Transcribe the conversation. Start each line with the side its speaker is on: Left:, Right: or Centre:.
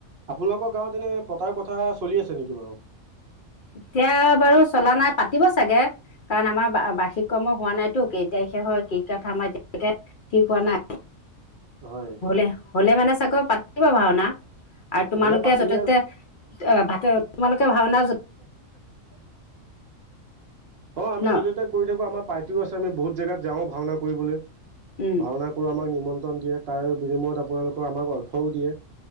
Right: আপোনালোকৰ গাঁৱত এনে পতাৰ কথা চলি আছে নেকি বাৰু।
Left: এতিয়া বাৰু চলা নাই পাতিব চাগে কাৰণ আমাৰ বাৰ্ষিক কৰ্ম হোৱা নাইতো কেতিয়া সে হয় কি কথা আমাৰ এতিয়কে ঠিক হোৱা নাই?
Right: হয়
Left: হ'লে হলে মানে চাগৈ পা। কিবা ভওনা। আৰু তোমালোকে
Right: হ'লে পাতিলে
Left: যতে ততে। ভাতে তোমালোকে ভাওনা।
Right: অ আমি
Left: ন
Right: যতে ত কৰি থাকো আমাৰ। পাৰ্টিও আছে আমি বহুত জেগাত যাও ভাওনা কৰিবলৈ।
Left: উম
Right: ভাওনা কৰো আমাক নিমন্ত্ৰণ দিয়ে তাৰ বিনিময়ত আপোনালোকে? আমাক অৰ্থও দিয়ে।